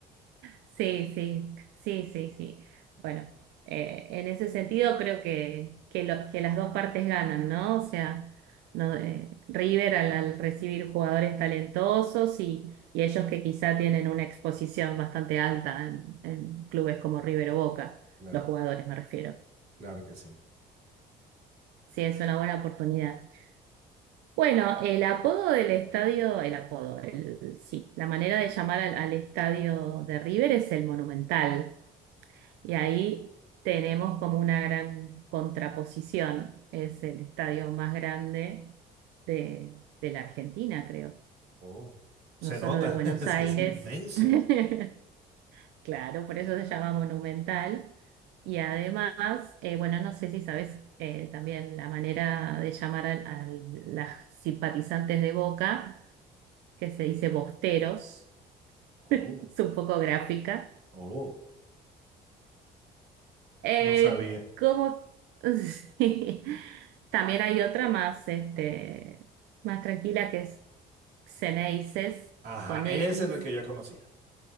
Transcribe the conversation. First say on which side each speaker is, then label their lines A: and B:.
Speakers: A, on the right (about 85°); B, on the right (about 70°).
A: Sí, sí, sí, sí, sí. Bueno, eh, en ese sentido creo que, que, lo- que las dos partes ganan, ¿no? O sea, no, eh, River al, al recibir jugadores talentosos y, y ellos que quizá tienen una exposición bastante alta en, en clubes como River o Boca,
B: Claro,
A: los jugadores me refiero.
B: claro que sí.
A: Sí, es una buena oportunidad. Bueno, el apodo del estadio, el apodo, el, sí, la manera de llamar al, al estadio de River es el Monumental. Y ahí tenemos como una gran contraposición. Es el estadio más grande de, de la Argentina, creo.
B: Oh, se
A: No solo
B: nota,
A: de Buenos
B: <laughs> es
A: Aires.
B: que es inmenso.
A: <laughs> Claro, por eso se llama Monumental. Y además, eh, bueno, no sé si sabes eh, también la manera de llamar al- a, las simpatizantes de Boca, que se dice bosteros. <laughs>
B: Oh,
A: Es un poco gráfica.
B: oh,
A: Eh,
B: no sabía.
A: como <laughs> sí. También hay otra más, este, más tranquila que es Xeneices
B: Ajá,
A: con
B: ese
A: X.
B: es el que yo conocía.